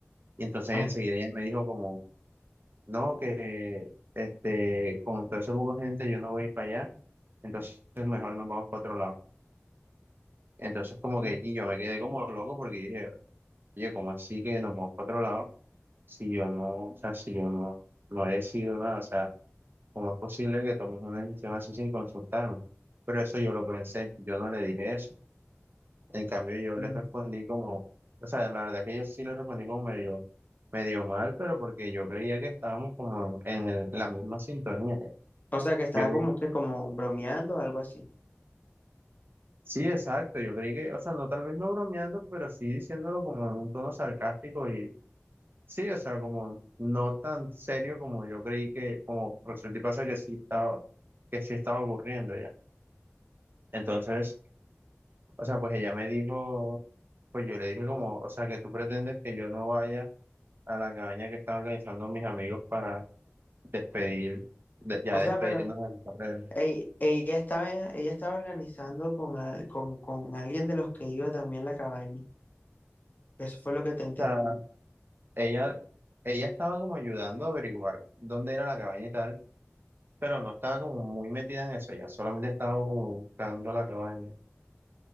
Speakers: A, on the right (about 45°); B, on the left (about 35°).
A: Y entonces
B: ah,
A: enseguida ella me dijo como, no, que este, con todo ese poco de gente yo no voy para allá, entonces mejor nos vamos para otro lado. Entonces como que,
B: ujú,
A: y yo me quedé como loco porque dije, oye, ¿cómo así que nos vamos para otro lado? Si yo no, o sea, si yo no, no he decidido nada, o sea ¿Cómo es posible que tomes una decisión así sin consultarme? Pero eso yo lo pensé, yo no le dije eso. En cambio, yo
B: ujú.
A: le respondí como, o sea, la verdad que yo sí le respondí como medio, medio mal, pero porque yo creía que estábamos como en el- la misma sintonía.
B: O sea, que estaban
A: Yo, le-
B: como que como bromeando, o algo así.
A: sí, exacto, yo creí que, o sea, no tal vez no bromeando, pero sí diciéndolo como en un tono sarcástico y sí, o sea, como no tan serio como yo creí que, como resulta y pasa que sí estaba, que sí estaba ocurriendo ya. Entonces... O sea, pues ella me dijo, pues yo le dije como, o sea, que tú pretendes que yo no vaya a la cabaña que están organizando mis amigos para despedir, de- ya
B: O
A: despedirnos
B: sea, pero
A: de la carrera.
B: ey, ella estaba, ella estaba organizando con, al- con, con alguien de los que iba también la cabaña. Eso fue lo que te
A: O
B: entendí.
A: sea, ella, ella estaba como ayudando a averiguar dónde era la cabaña y tal, pero no estaba como muy metida en eso, ella solamente estaba como buscando la cabaña.